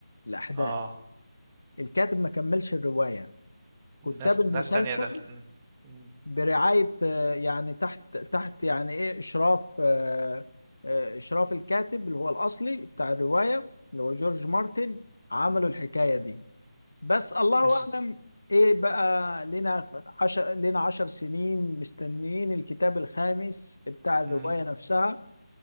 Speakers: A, on the left (about 65°); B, on the right (about 20°).
A: الأحداث
B: اه
A: الكاتب ما كملش الرواية
B: ناس
A: كتاب المسلسل
B: ناس تانية دخل م. م.
A: برعاية آه، يعني تحت تحت يعني إيه إشراف آه، آه، إشراف الكاتب اللي هو الأصلي بتاع الرواية اللي هو جورج
B: م.
A: مارتن عملوا
B: م.
A: الحكاية دي بس الله
B: بس
A: اعلم ايه بقى لنا عشر لنا عشر سنين مستنيين الكتاب الخامس بتاع
B: م.
A: الرواية نفسها